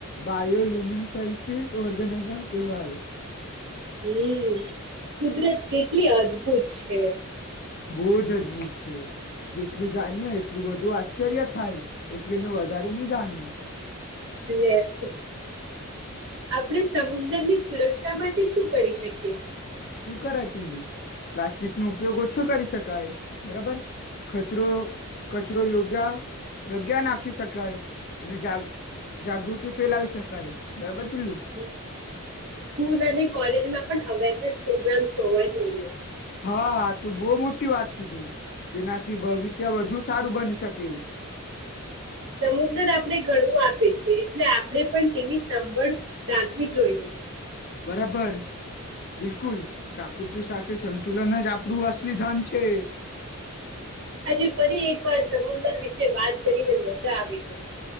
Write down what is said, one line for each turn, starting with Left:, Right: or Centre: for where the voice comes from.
Left: બાયોલુમિનન્સ ઓર્ગેનીિઝમ કહેવાય.
Right: હમ, કુદરત કેટલી અદભુત છે.
Left: બહુ જ અદભૂત છે. જેટલું જાણ્યું એટલું બધું આશ્ચર્ય થાય, એટલે મેં વધારે નહી જાણું.
Right: એટલે <unintelligible> આપણે સમુદ્ર ની સુરક્ષા માટે શું કરી શકીએ?
Left: શું કરાય પીલું? પ્લાસ્ટિક નો ઉપયોગ ઓછું કરી શકાય, બરાબર કચરો કચરો યોગ્યા જગ્યા નાખી શકાય, અને જાગ જાગૃતિ ફેલાવી શકાય બરાબર? પેલું
Right: <unintelligible> સ્કૂલ અને કોલેજમાં પણ અવેર પ્રોગ્રામ્સ હોવા જોઈએ.
Left: હા, તું બહુ મોટી વાત કીધું. તેનાથી ભવિષ્ય વધુ સારું બની શકે.
Right: સમુદ્ર આપણે ઘણું આપે છે. એટલે આપણે પણ તેની સંભળ રાખવી જોઈએ.
Left: બરાબર, બિલકુલ પ્રાકૃતિ સાથે સંતુલન જ આપણું અસલી ધન છે.
Right: આજે ફરી એકવાર સમુદર વિશે વાત કરીને મજા આવી ગઈ.